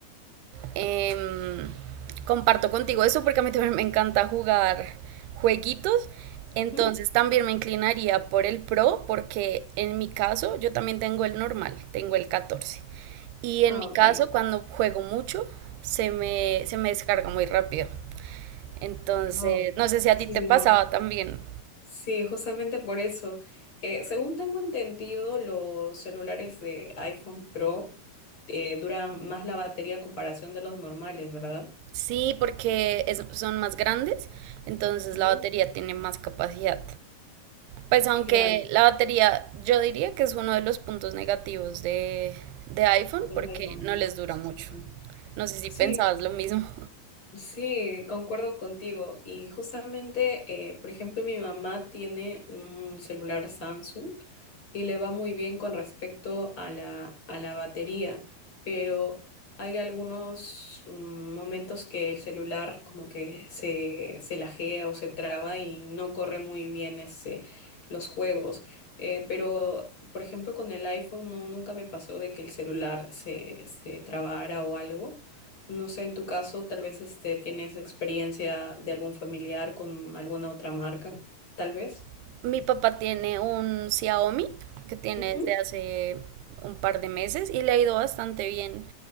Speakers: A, on the right (about 85°); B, on the left (about 30°).
A: em, comparto contigo eso porque a mí también me encanta jugar jueguitos. Entonces
B: ujú.
A: también me inclinaría por el Pro porque en mi caso yo también tengo el normal, tengo el 14. Y
B: Ah,
A: en mi caso
B: ok.
A: cuando juego mucho se me, se me descarga muy rápido. Entonces,
B: Oh,
A: no sé si a
B: sí,
A: ti te pasaba también.
B: sí, justamente por eso. Eh, según tengo entendido, los celulares de iPhone Pro eh, duran más la batería a comparación de los normales, ¿verdad?
A: Sí, porque es- son más grandes, entonces
B: Ujú,
A: la batería tiene más capacidad. Pues aunque
B: Claro.
A: la batería yo diría que es uno de los puntos negativos de, de iPhone
B: De
A: porque
B: los iPhone,
A: no
B: ¿no?
A: les dura
B: Sí.
A: mucho.
B: sí.
A: No sé si
B: Sí,
A: pensabas lo mismo.
B: Sí, concuerdo contigo. Y justamente, eh, por ejemplo, mi mamá tiene un celular Samsung y le va muy bien con respecto a la, a la batería, pero hay algunos mm, momentos que el celular como que se, se lajea o se traba y no corre muy bien ese, los juegos. Eh, pero, por ejemplo, con el iPhone no, nunca me pasó de que el celular se, se trabara o algo. No sé, en tu caso, tal vez este, tienes experiencia de algún familiar con alguna otra marca, tal vez.
A: <laughs> Mi papá tiene un Xiaomi que tiene
B: Ujú,
A: desde hace un par de meses y le ha ido bastante bien.